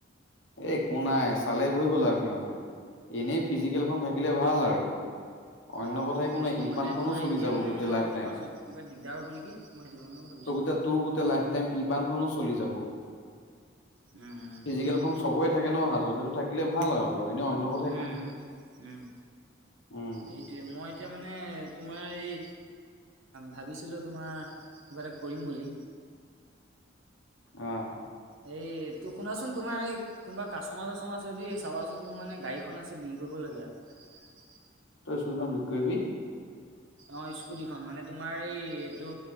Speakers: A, on the left (about 70°); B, on the right (about 80°).
A: এ একো নাই চালে হৈ গ'ল আৰু সিহঁতে, এনেই ফিজিকেলখন থাকিলে ভাল আৰু। অন্য
B: অ
A: কথা
B: অ
A: একো
B: বুজিছো
A: নাই ই
B: মানে
A: পানখনো
B: তোমাৰ
A: চলি
B: এতিয়া
A: যাব
B: মানে
A: গোটেই
B: মই
A: লাইফ
B: আকৌ
A: টাইম
B: পাছত কিবা দিগ দাৰ হব নেকি মই সেইটো কাৰণে ভাবিছো।
A: তোৰ গোটেই তোৰ গোটেই লাইফ টাইম ই পানখনো চলি যাব।
B: উম উম
A: ফিজিকেল
B: বুজিছো
A: খন চবৰে থাকে ন হাতৰ সেইটো থাকিলে ভাল আৰু। ধৰ এনেই অন্য কথা
B: উম
A: একো
B: উম
A: নাই
B: উম।
A: উম
B: এইটোৱে মই এতিয়া মানে তোমাৰ এই। ভাবিছিলো তোমাৰ, কিবা এটা কৰিম বুলি।
A: অঁ।
B: এইটো শুনাচোন তোমাৰ, এই কোনোবা কাষ্টমাৰ চাষ্টমাৰ আদি চাবাচোন। মোৰ মানে গাড়ীখন আছে বিক্ৰী কৰিব কৰিবলগীয়া।
A: তই স্কুলখন বিকৰি কৰিবি?
B: অ স্কুটি খন মানে। তোমাৰ এই এইটো